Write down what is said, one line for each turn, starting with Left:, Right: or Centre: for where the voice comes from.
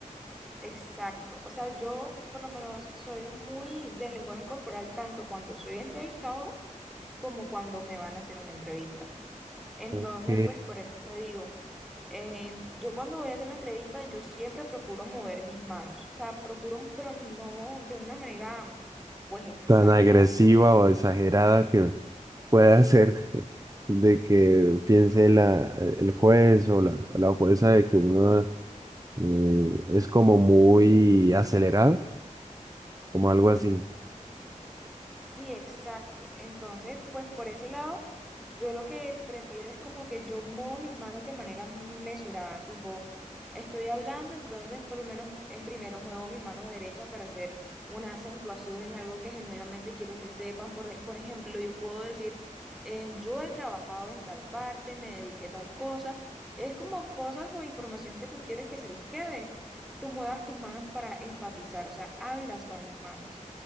Centre: Exacto. O sea, yo por lo menos soy muy del lenguaje corporal tanto cuando soy entrevistadora como cuando me van a hacer una entrevista. Entonces,
Right: Ok.
Centre: pues por eso te digo, eh, yo cuando voy a hacer la entrevista, yo siempre procuro mover mis manos. O sea, procuro, pero no de una manera pues exagerada.
Right: tan agresiva o exagerada que puede hacer <laughs> de
Centre: <laughs>
Right: que piense la, el juez o la, o la jueza de que uno eh, es como muy acelerada, como algo así.
Centre: Sí, exacto. Entonces, pues por ese lado, yo lo que prefiero es como que yo muevo mis manos de manera mesurada, tipo, estoy hablando, entonces por lo menos en primero muevo mis manos derecha para hacer una acentuación en algo que genuinamente quiero que sepan. Por, e- por ejemplo, yo puedo decir, eh, yo he trabajado en tal parte, me dediqué a tal cosa. Es como cosas o información que tú quieres que se les quede. Tú muevas tus manos para enfatizar, o sea, hablas con las manos.